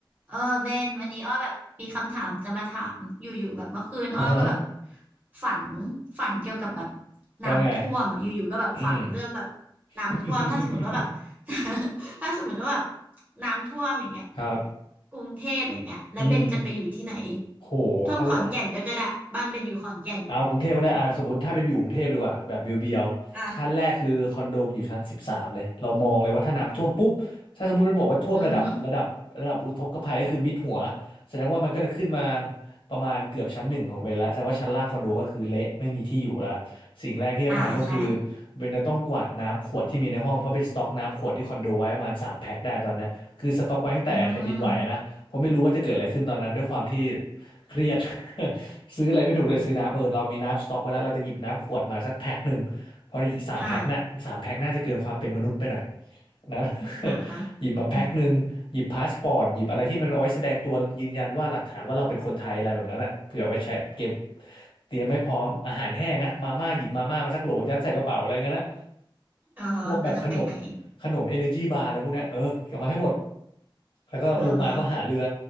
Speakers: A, on the right (about 20°); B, on the left (about 75°).
A: เออเบนวันนี้อ้อแบบมีคำถามจะมาถามอยู่ๆแบบเมื่อคืนอ้อก็แบบ
B: อ่าฮะ
A: ฝันฝันเกี่ยวกับแบบน้ำท่วมอ่ะอยู่ๆก็แบบฝันเรื่องแบบ
B: ว่าไง อืม <laughs>
A: น้ำท่วมถ้าสมมติว่าแบบ <laughs> ถ้าสมมติว่าแบบน้ำท่วมอย่างเงี้ย
B: ครับ
A: กรุงเทพอย่างเงี้ยแล้วเบนจะไปอยู่ที่ไหน
B: อืม โหขั้นแรก
A: ท่วมขอนแก่นด้วยก็ได้บ้านเบนอยู่ขอนแก่น
B: เอากรุงเทพก็ได้อ่าสมมติถ้าเป็นอยู่กรุงเทพดีกว่า แบบเบียวๆขั้นแรกคือคอนโดมันอยู่ชั้นสิบสามเลย
A: อ่ะ
B: เรามองเลยว่าถ้าน้ำท่วมปุ๊บถ้าสมมติมันบอกว่าท่วมระดับระดับระดับอุทกภัยก็คือมิดหัว
A: อือฮึ
B: แสดงว่ามันก็จะขึ้นมาประมาณเกือบชั้นหนึ่งของเบนละแสดงว่าชั้นล่างคอนโดก็คือเละไม่มีที่อยู่ละสิ่งแรกที่จะทำก็คือ
A: อ่าใช่
B: เบนจะต้องกวาดน้ำขวดที่มีในห้องเพราะเป็นสต็อกน้ำขวดที่คอนโดไว้ประมาณสามแพ็คได้ตอนเนี้ยคือสต็อกไว้ตั้งแต่แผ่นดินไหวอะนะเพราะไม่รู้ว่าจะเกิดอะไรขึ้นตอนนั้นด้วยความที่
A: อืม
B: เครียด ซื้ออะไรไม่ถูกเลยซื้อน้ำเออเรามีน้ำสต็อกไว้แล้วเราจะหยิบน้ำขวดมาสักแพ็คหนึ่งเพราะสามแพ็คน่ะสามแพ็คน่าจะเกินความเป็นมนุษย์ไปหน่อย
A: อ่า
B: นะ
A: อ่าอ่า
B: <laughs> หยิบมาแพ็คหนึ่งหยิบพาสปอร์ตหยิบอะไรที่มันเอาไว้แสดงตัวยืนยันว่าหลักฐานว่าเราเป็นคนไทยอะไรแบบนั้นอ่ะเผื่อไว้ใช้เก็บ
A: อืม
B: เตรียมให้พร้อมอาหารแห้งอะมาม่าหยิบมาม่ามาสักโหลยัดใส่กระเป๋าอะไรเงี้ยนะ
A: อาฮะเราจะไปไหน
B: พวกแบบขนมขนมเอเนอร์จีบาร์อะไรพวกเนี้ยเออเก็บมาให้หมดแล้วก็ลงมาก็หาเรือ
A: อ่าฮะ